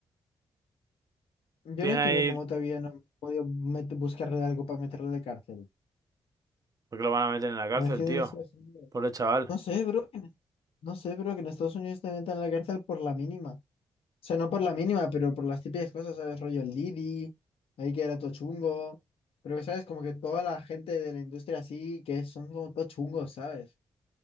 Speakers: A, on the left; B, on the right.
A: Yo
B: tiene
A: no entiendo
B: ahí...
A: cómo todavía no han podido met- buscarle algo para meterlo de cárcel.
B: Porque lo van a meter en la
A: Conociendo
B: cárcel, tío.
A: en Estados Unidos.
B: Pobre chaval.
A: No sé, bro, que en- no sé, bro, que en Estados Unidos te metan a la cárcel por la mínima. O sea, no por la mínima, pero por las típicas cosas, ¿sabes? Rollo el Didi, ahí que era todo chungo. Pero, ¿sabes? Como que toda la gente de la industria así, que son como todo chungos, ¿sabes?